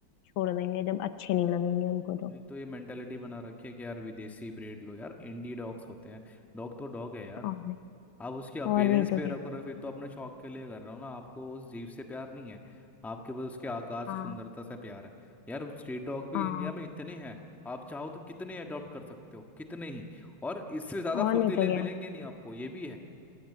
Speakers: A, on the left; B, in the centre.
A: छोड़ देंगे जब अच्छे नहीं लगेंगे उनको तो
B: एक तो ये मेंटेलिटी बना रखी है कि यार विदेशी ब्रीड लो यार इंडी डॉग्स होते हैं डॉग तो डॉग है यार
A: और नहीं
B: आप उसकी अपेरेंस
A: और नहीं तो
B: पे
A: क्या
B: रख रहे हो फिर तो अपने शौक के लिए कर रहे हो ना आपको उस जीव से प्यार नहीं है आपके पास उसके आकार से
A: हाँ
B: सुंदरता से प्यार है यार स्ट्रीट डॉग
A: हाँ
B: भी इंडिया में इतने हैं आप चाहो तो कितने अडॉप्ट कर सकते हो कितने ही और इससे ज़्यादा
A: और
B: फुर्तीले
A: नहीं तो क्या
B: मिलेंगे नहीं आपको ये भी है